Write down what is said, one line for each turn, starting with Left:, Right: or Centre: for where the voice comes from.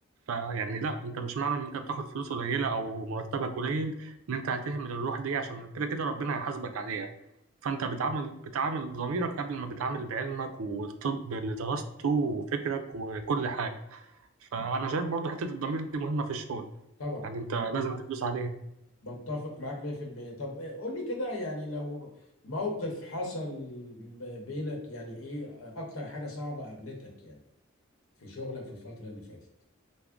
Right: فيعني لا انت مش معنى ان انت بتاخد فلوس قليله او مرتبك قليل ان انت هتهمل الروح دي عشان كده كده ربنا هيحاسبك عليها فانت بتعامل بتعامل بضميرك قبل ما بتعامل بعلمك والطب اللي درسته وفكرك وكل حاجه فانا شايف برضو حته الضمير دي مهمه في الشغل
Left: طبعا
Right: يعني انت لازم تدوس عليها
Left: بتفق معاك 100% طب إيه، قول لي كده يعني لو موقف حصل م- بينك يعني ايه اكتر حاجة صعبة قابلتك يعني في شغلك في الفترة اللي فاتت